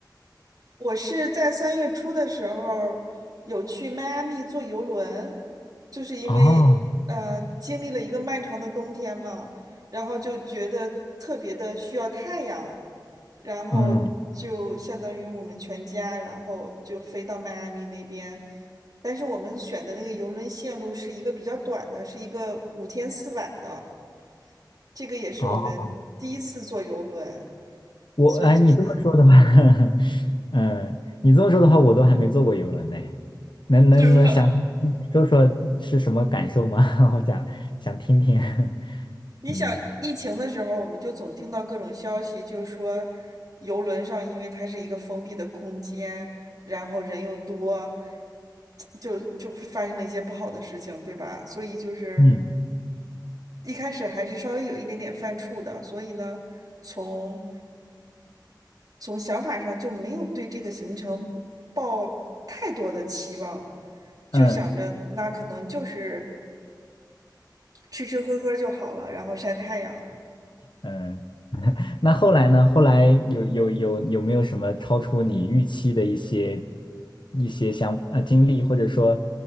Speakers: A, on the right; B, on the left.
A: 我是在三月初的时候有去迈阿密坐游轮，就是因为呃经历了一个漫长的冬天嘛，
B: 哦，
A: 然后就觉得特别的需要太阳，然后就相当于我们全家，
B: 嗯，
A: 然后就飞到迈阿密那边。但是我们选的那个游轮线路是一个比较短的，是一个五天四晚的，这个也是我们第一次坐游轮，
B: 哦，我哎，
A: 所以就想
B: 你这么说的话，
A: <laughs>。
B: <laughs> 嗯，你这么说的话，我都还没坐过游轮呢。能能能想
A: 对吗？
B: 说说是什么感受吗？<laughs> 我想想听听。<laughs>
A: 你想疫情的时候，
B: 嗯
A: 我们就总听到各种消息，就说游轮上因为它是一个封闭的空间，然后人又多，就就发生了一些不好的事情，对吧？所以就是
B: 嗯
A: 一开始还是稍微有一点点犯怵的，所以呢，从从想法上就没有对这个行程抱太多的期望，就想着那可能就是
B: 嗯
A: 吃吃喝喝就好了，然后晒太阳。
B: 嗯。那后来呢？后来有有有有没有什么超出你预期的一些一些想呃经历，或者说